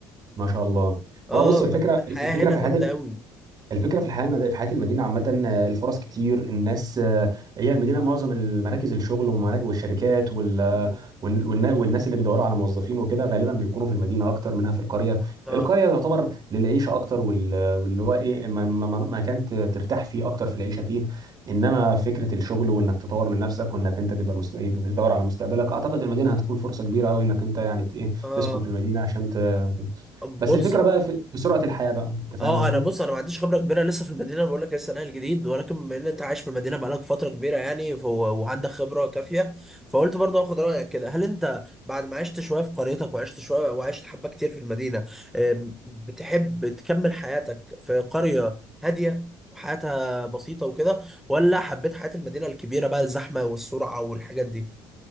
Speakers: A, on the right; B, in the centre.
A: ما شاء الله
B: اه
A: ما هو بص
B: اه
A: الفكره
B: ف- الحياه
A: الفكره
B: هنا
A: في
B: جامده
A: حياه
B: قوي
A: الفكره في الحياه المد... في حياه المدينه عامه آه، الفرص كتير الناس آه، هي المدينه معظم المراكز الشغل ومراكز والشركات وال... آه،
B: مم.
A: وال... والنا- والناس اللي بيدوروا على موظفين وكده غالبا بيكونوا في المدينه اكتر منها في القريه
B: اه
A: القريه تعتبر للعيشه اكتر وال... واللي هو ايه ما... ما... ما ما كانت ترتاح فيه اكتر في العيشه فيه انما فكره الشغل وانك تطور من نفسك وانك انت تبقى مست... إيه، تدور على مستقبلك اعتقد المدينه هتكون فرصه كبيره قوي انك انت يعني ت- ايه
B: اه
A: تسكن في المدينه عشان ت... كده.
B: بص
A: بس الفكره بقى في في سرعه الحياه بقى انت فاهم
B: اه
A: قصدي
B: انا بص انا ما عنديش خبره كبيره لسه في المدينه بقول لك لسه نقل جديد ولكن بما ان انت عايش في المدينه بقالك فتره كبيره يعني فهو وعندك خبره كافيه فقلت برضه اخد رايك كده هل انت بعد ما عشت شويه في قريتك وعشت شويه وعشت حبه كتير في المدينه أم، بتحب تكمل حياتك في قريه هاديه وحياتها بسيطه وكده ولا حبيت حياه المدينه الكبيره بقى الزحمه والسرعه والحاجات دي